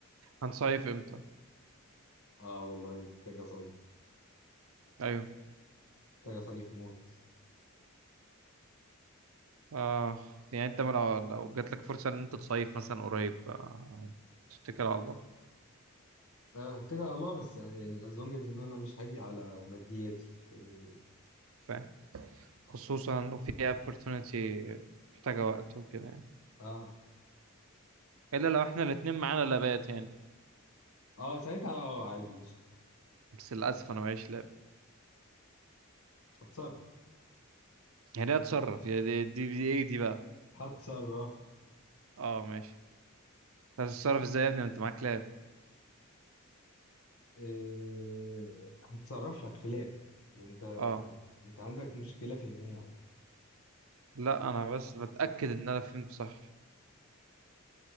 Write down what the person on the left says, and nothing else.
اه والله محتاج اصيف
محتاج اصيف موت
آه هتكل على الله بس آه، يعني as long as ان انا مش هاجي على مادياتي يعني
اه
اه ساعتها اه عادي قشطة
هتصرف
هتصرف
إيه هتصرف لك في لاب ما انت
انت عندك مشكلة فهمية يعني.